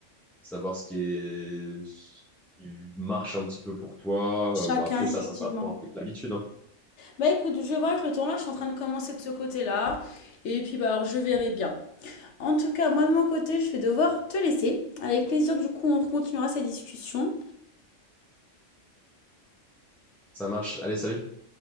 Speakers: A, in the centre; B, on the left.
A: savoir ce qui est ce qui marche un petit peu pour toi.
B: Chacun,
A: Euh, bon, après ça,
B: effectivement.
A: ça s'apprend avec l'habitude, hein.
B: Bah écoute, je vois que le temps là, je suis en train de commencer de ce côté-là. Et puis, bah, alors, je verrai bien. En tout cas, moi de mon côté, je vais devoir te laisser. Avec plaisir, du coup, on continuera cette discussion.
A: Ça marche. Allez, salut.